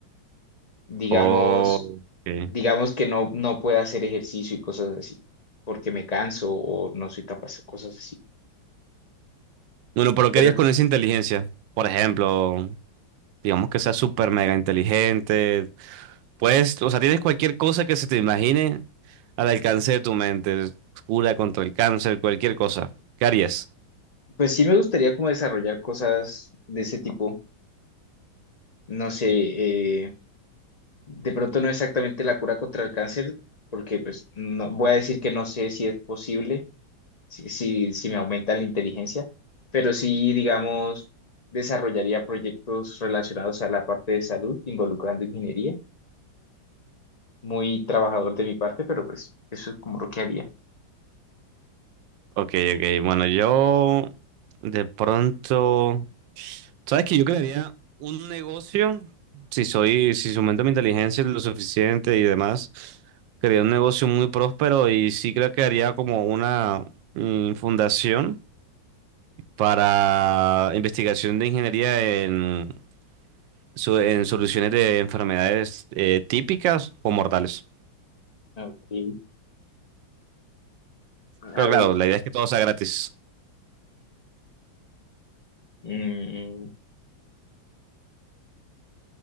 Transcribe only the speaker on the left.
Digamos,
digamos que no, no pueda hacer ejercicio y cosas así, porque me canso o no soy capaz cosas así.
Pero
Pues sí me gustaría como desarrollar cosas de ese tipo. No sé, eh, de pronto no exactamente la cura contra el cáncer, porque pues no, voy a decir que no sé si es posible, si, si, si me aumenta la inteligencia, pero sí, digamos, desarrollaría proyectos relacionados a la parte de salud, involucrando ingeniería. Muy trabajador de mi parte, pero pues eso es como lo que haría.
Ok,
a
ver.
mm,